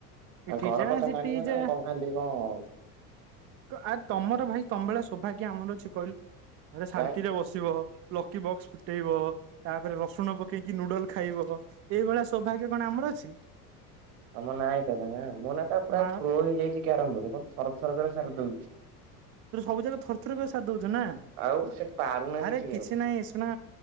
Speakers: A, on the right; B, on the right.
A: ଇଠି
B: ଆଉ ଘର
A: ଯା
B: କଥା
A: ସିଠି
B: ମାନିବ
A: ଯା
B: ନା ଆଉ, କଣ ଖାଲି କଣ
A: ଆ ତମର ଭାଇ ତମଭଳିଆ ସୌଭାଗ୍ୟ ଆମର ଅଛି, କହିଲୁ ଘରେ ଶାନ୍ତିରେ
B: କାଇଁ
A: ବସିବ। ଲକି ବକ୍ସ ଫୁଟେଇବ, ତାପରେ ରସୁଣ ପକେଇକି ନୁଡଲ ଖାଇବ। ଏଇଭଳିଆ ସୌଭାଗ୍ୟ କଣ ଆମର ଅଛି?
B: ତମ ନାଁ, <unintelligible> ମୋ ନାଁ ତ ପୁରା
A: ନା
B: ପ୍ରୋ ହେଇଯାଇଛି କ୍ୟାରେମ୍ ରେ, ଦେଖୁନୁ ଥର ଥରକୁରେ ସାରି ଦଉଛି।
A: ତୁ ସବୁ ଯାକ ଥରଥର କରେ ସାରି ଦଉଛୁ ନା।
B: ଆଉ ସେ ପାରୁନାହାନ୍ତି
A: ଆରେ
B: କେହି
A: କିଛି
B: ଆଉ
A: ନାହିଁ ଶୁଣ,